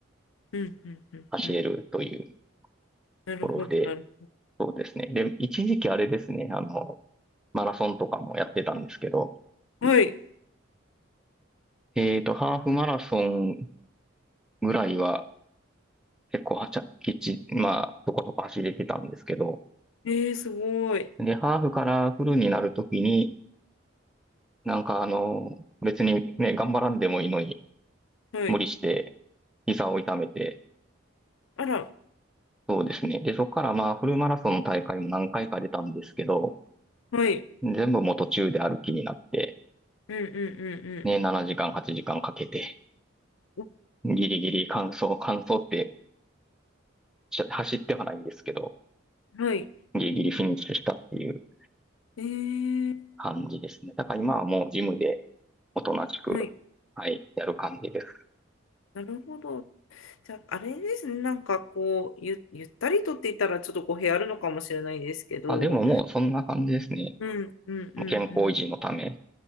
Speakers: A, on the left; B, in the centre.
A: うん、うん、うん、
B: 走れるというと
A: うん。なるほど、
B: ころで、
A: なる
B: そうですね。で、一時期あれですね、あの、マラソンとかもやってたんですけど、
A: ほど。はい。
B: えーと、ハーフマラソンぐらいは、結構はちゃ、きっち、まあ、そこそこ走れてたんですけど、
A: ええすごい。
B: で、ハーフからフルになるときに、なんかあの、別にね、頑張らんでもいいのに、
A: はい。
B: 無理して、膝を痛めて、
A: あら、
B: そうですね。で、そこからまあ、フルマラソンの大会も何回か出たんですけど、
A: はい。
B: 全部もう途中で歩きになって、
A: うん、うん、
B: ね、7時間、8時間かんかけて、
A: うん、
B: ギリギリ完走、完走ってし走ってはないんですけど、
A: うん。はい。
B: ギリギリフィニッシュしたっていう
A: ええ
B: 感じですね。だから今はもうジムでおとなしく、
A: はい。
B: はい、やる感じです。
A: なるほど。じゃあ、あれですね。なんかこう、ゆ、ゆったりとって言ったら、ちょっと語弊あるのかもしれないですけど、
B: あ、でももうそんな感じですね。
A: うん、うん、うん、うん。
B: もう健康維持のため。